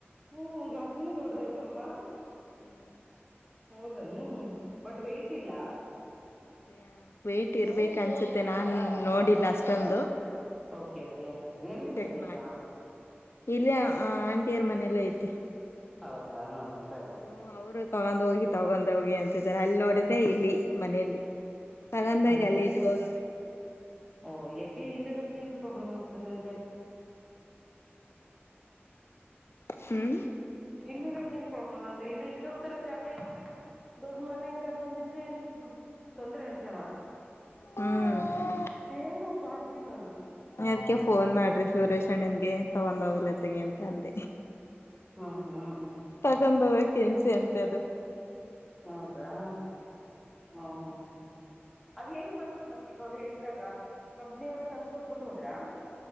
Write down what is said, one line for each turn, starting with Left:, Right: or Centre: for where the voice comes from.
Centre: ಹ್ಮ ಜಾಸ್ತಿನೂ ದೊಡ್ಡ್ದಾಯ್ತಲ್ವಾ
Left: ಹ್ಮ್
Centre: ಹೌದನು ಬಟ್ ವೇಯ್ಟ್ ಇಲ್ಲ
Left: ಅ ವೇಟ್ ಇರ್ಬೇಕ ಅನ್ಸುತ್ತೆ ನಾನ್ ನೋಡಿಲ್ಲ ಅಷ್ಟೊಂದು
Centre: ಓಕೆ ಓಕೆ ಎಲ್ಲಿ ಇರದು
Left: ಚೆಕ್
Centre: ಈಗ
Left: ಮಾಡಿ ಇಲ್ಲ ಆಂಟಿಯರ ಮನೆ ಎಲ್ಲ ಐತಿ
Centre: ಹೌದಾ ಸರಿ ಸರಿ
Left: ಹ್ಮ ಅವ್ರು ತಗೊಂಡ್ ಹೋಗಿ ತಗೊಂಡ್ ಹೋಗಿ ಅಂತಾರೆ ಅಲ್ಲಿ ನೋಡಿದ್ರೆ ಇಲ್ಲಿ ಮನೆಯಲ್ಲಿ ತಗಂದ
Centre: ಮನೇಲಿ
Left: ಈಗ ಲೇಟ್ಗ ಅಂದ್ರೆ
Centre: ಓ ಯಾಕೆ ಇಲ್ಲಿರಕ ಏನ್ ಪ್ರಾಬ್ಲಮ್ ಆಗ್ತದೆ ಅಂತೆ
Left: ಹ್ಮ್
Centre: ಇಲ್ಲಿ ಇರಕ್ ಏನ್ ಪ್ರಾಬ್ಲಮ್ ಅಂತೆ ಇಲ್ಲಿ ಇಷ್ಟೊ ಒಂ ತರ ಜಾಗ ಇದೆ ದೊಡ್ಡ ಮನೆ ಇದೆ ಅದೊಂದ ದ್ರೆ ತೊಂದ್ರೆ ಅಂತ
Left: ಹ್ಮ್
Centre: ಏನುಪ್ಪ ಅತೀಿ ನಾನು <unintelligible>
Left: ಅದ್ಕ್ಕೆ ಫೋನ್ ಮಾಡ್ರಿ ಸುರೇಶಣ್ಣನ್ಗೆ ತಗೊಂಡ ಹೋಗ್ಲತೆಗ ಅಂತ ಅಂದ
Centre: ಹ್ಮ್ ಹ್ಮ್
Left: ತಗೊಂಡೋಗೋ ಹಿಂಸೆ ಅಂತ ಅದು
Centre: ಹೌದಾ ಹಾ ಹಾ ಅದ್ ಹೆಂಗ್ ಬಂತು ಮತ್ ಈಗ ಅವ್ರು ಹೇಳಿದಾಗ ಕಂಪ್ನಿಯವ್ರ ತಂದ್ ಕೊಟ್ಬಿಟ್ಟು ಹೋದ್ರಾ.